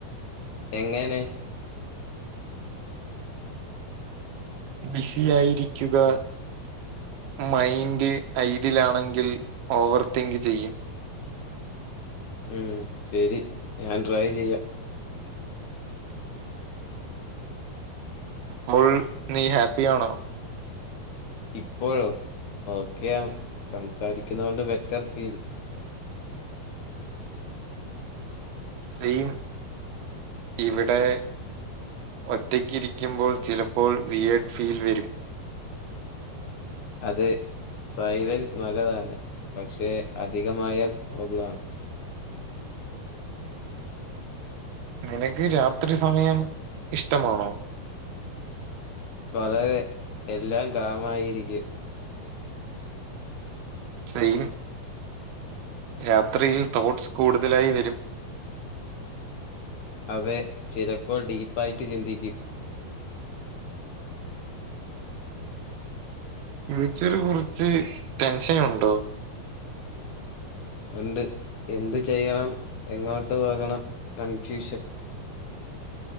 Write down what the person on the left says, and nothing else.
എങ്ങെനെ?
ഉം ശെരി ഞാൻ ട്രൈ ചെയ്യാം
ഇപ്പോഴോ? ഓക്കെയാണ് സംസാരിക്കുന്നത് കൊണ്ട് ബെറ്റർ ഫീൽ
അതെ സൈലൻസ് നല്ലതാണ് പക്ഷെ അധികമായാൽ പ്രോബ്ലണ്
വളരെ എല്ലാം കാമായിരിക്ക്യും
അതെ ചിലപ്പോൾ ഡീപ്പായിട്ട് ചിന്തിക്കും.
ഇണ്ട് എന്തു ചെയ്യണം എങ്ങോട്ട് പോകണം കൺഫ്യൂഷൻ.